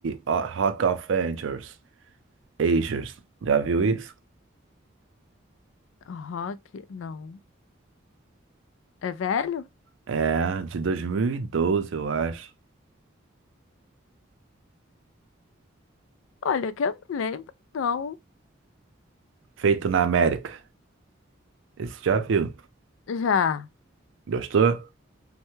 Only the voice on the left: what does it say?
Rock, não. É velho?
Olha, que eu me lembro, não.
Já.